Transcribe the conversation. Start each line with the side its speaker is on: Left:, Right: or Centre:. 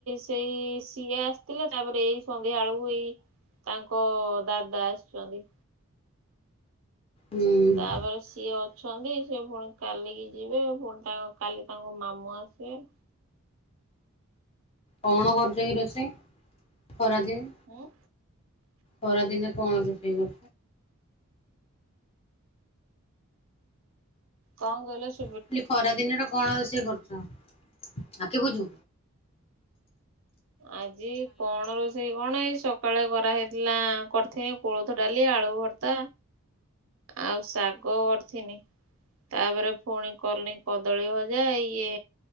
Right: ସେଇ ସିଏ ଆସିଥିଲେ ତାପରେ ଏଇ ସନ୍ଧ୍ୟା ବେଳକୁ ଏଇ ତାଙ୍କ ଦାଦା ଆସିଛନ୍ତି।
Left: ହୁଁ
Right: ତାପରେ ସିଏ ଅଛନ୍ତି। ସେ ପୁଣି କାଲିକି ଯିବେ ପୁଣି ତା କାଲି ତାଙ୍କ ମାମୁଁ ଆସିବେ।
Left: କଣ କରିଚ କି ରୋଷେଇ? ଖରା ଦିନ୍
Right: ଆଉ
Left: ଖରା ଦିନ କଣ ଦେଖେଇବ?
Right: କଣ କହିଲ ସୁ
Left: କହୁଥିଲି ଖରା ଦିନ ଟା କଣ ରୋଷେଇ କରୁଚୁ। ହଁ ଆଖି ବୁଜ।
Right: ଆଜି କଣ ରୋଷେଇ କଣ ହେଇ ସକାଳେ କରାହେଇଥିଲା କରିଥିନି କୋଳଥ ଡାଲି ଆଳୁ ଭର୍ତ୍ତା ଆଉ ଶାଗ କରିଥିନି ତାପରେ ପୁଣି କଲି କଦଳୀ ଭଜା ଇଏ